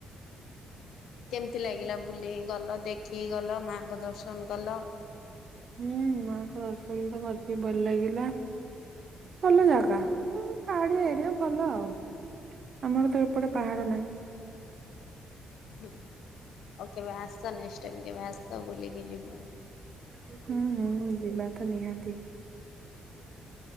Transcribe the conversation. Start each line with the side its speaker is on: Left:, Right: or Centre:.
Left: କେମିତି ଲାଗିଲା ବୁଲିକି ଗଲ? ଦେଖିକି ଗଲ, ମାଆଙ୍କ ଦର୍ ଶନଣ କଲ?
Right: ହୁଁ, ମାଙ୍କ ଦର୍ଶନ ତ ବହୁତି ଭଲ ଲାଗିଲା। ଭଲ ଜାଗା, ହୁଁ, ପାହାଡିଆ ଏରିଆ ଭଲ ଆଉ। ଆମର ତ ଏପଟେ ପାହାଡ଼ ନାହିଁ।
Left: ହୁଁ, ଆଉ କେବେ ଆସ ନେକ୍ସଟ୍ ଟାଇମ କେବେ ଆସ ବୁଲିକି ଯିବ।
Right: ହୁଁ, ହୁଁ, ଯିବା ତ ନିହାତି।